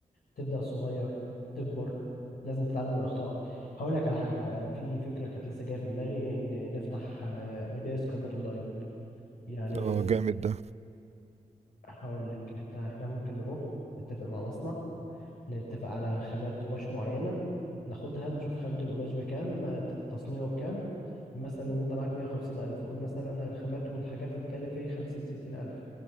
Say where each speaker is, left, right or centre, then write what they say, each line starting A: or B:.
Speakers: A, on the left; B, on the right.
A: تبدأ صغير تكبر لازم تتعلم من أخطائك هقول لك على حاجة في فكرة كانت لسه جاية في دماغي إن نفتح آه، نبيع سكرابات أونلاين يعني
B: اه جامد ده
A: هقول لك إحنا إحنا ممكن نروح نتفق مع مصنع نتفق على خامات قماش معينة ناخدها نشوف خامة القماش بكام آه، التصنيع بكام مثلا انت معاك مية وخمسين ألف قول مثلا الخامات والحاجات هتكلف ايه خمسين ستين ألف